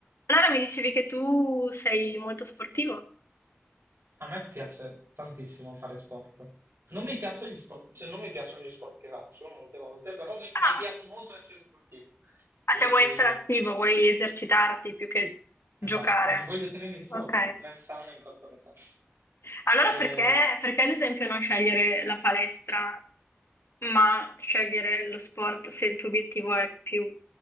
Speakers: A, on the left; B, on the right.
A: Allora mi dicevi che tu sei molto sportivo?
B: A me piace tantissimo fare sport. Non mi piacciono gli sport, cioè non mi piacciono gli sport che faccio molte volte, però mi,
A: Ah,
B: mi piace molto essere sportivo.
A: ah,
B: Quindi,
A: cioè vuoi essere attivo, vuoi esercitarti più che giocare.
B: esatto, mi voglio tenere in forma,
A: Ok.
B: mens sana in corpore sano.
A: Allora
B: E
A: perché, perché ad esempio non scegliere la palestra, ma scegliere lo sport se il tuo obiettivo è più